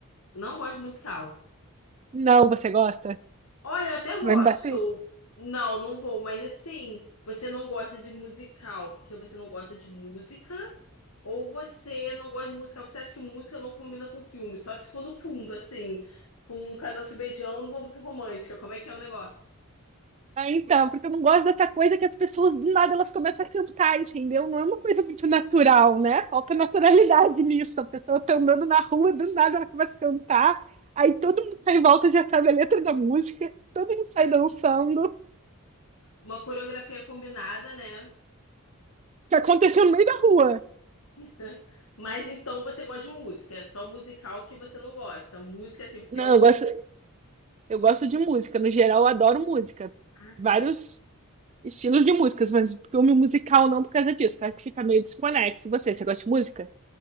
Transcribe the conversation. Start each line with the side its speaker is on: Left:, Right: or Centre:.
Left: Não gosto de musical.
Right: Não, você gosta?
Left: Olha, eu até gosto.
Right: Vai me bater?
Left: Não, não vou, mas assim, você não gosta de musical porque você não gosta de música, ou você não gosta de musical porque você acha que música não combina com filme, só se for no fundo, assim, com um casal se beijando, uma música romântica. Como é que é o negócio?
Right: Ah, então, porque eu não gosto dessa coisa que as pessoas do nada elas começam a cantar, entendeu? Não é uma coisa muito natural, né? Falta naturalidade nisso. A pessoa tá andando na rua, do nada ela começa a cantar, aí todo mundo tá em volta já sabe a letra da música, todo mundo sai dançando,
Left: Uma coreografia combinada, né?
Right: que aconteceu no meio da rua.
Left: <laughs> Mas então você gosta de música, é só musical que você não gosta. Música, assim, você
Right: Não,
Left: ou.
Right: eu gosto Eu gosto de música, no geral eu adoro música.
Left: Ah,
Right: Vários
Left: tá.
Right: estilos de músicas, mas filme musical não por causa disso, que eu acho que fica meio desconexo. Você, você gosta de música?